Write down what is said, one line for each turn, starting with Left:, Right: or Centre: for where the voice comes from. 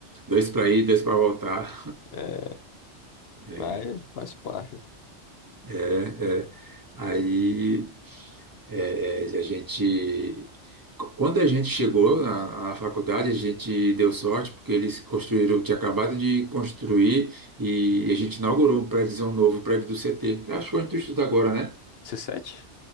Right: dois para ir, dois para voltar.
Left: É,
Right: É.
Left: vai, faz parte.
Right: É, é. Aí é, é, a gente, quando a gente chegou na, na faculdade, a gente deu sorte porque eles construíram, tinha acabado de construir e a gente inaugurou um prédio um novo, o prédio do CT. Eu Acho que onde tu estuda agora, né?
Left: C7?